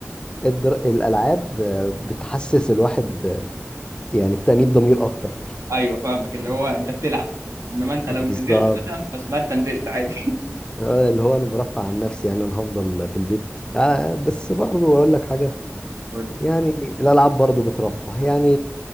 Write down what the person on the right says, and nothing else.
ايوه فاهمك اللي هو انت بتلعب انما انت
لو نزلت مثلا فاسمها انت نزلت عادي
<laughs> قول لي.